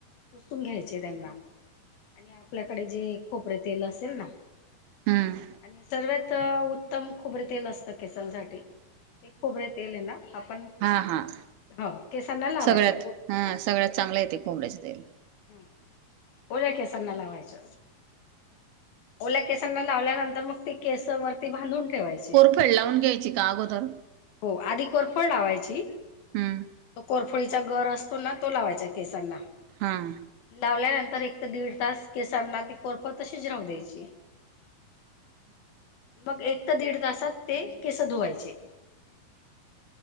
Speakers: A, on the left; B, on the right.
A: पुसून घ्यायचे त्यांना आणि आपल्याकडे जे खोबरेलतेल असेल ना
B: हम्म
A: आणि सर्व्यात उत्तम खोबरे तेल असतं केसांसाठी. ते खोबरे तेल हे ना आपण
B: हा हा
A: हां केसांना लावायचे.
B: सगळ्यात हा सगळ्यात चांगलाय ते खोबऱ्याचे तेल.
A: हम्म ओल्या केसांना लावायच. ओल्या केसांना लावल्यानंतर मग ती केस वरती बांधून ठेवायचं.
B: कोरफड लावून घ्यायची का अगोदर?
A: हो आधी कोरफड लावायची
B: हम्म
A: तो कोरफडीचा गर असतो ना तो लावायचा केसांना.
B: हम्म.
A: लावल्यानंतर एक ती दीड तास केसांना ती कोरफड तशिच राहु द्यायची. मग एक ते दीड तासात ते केस धुवायचे.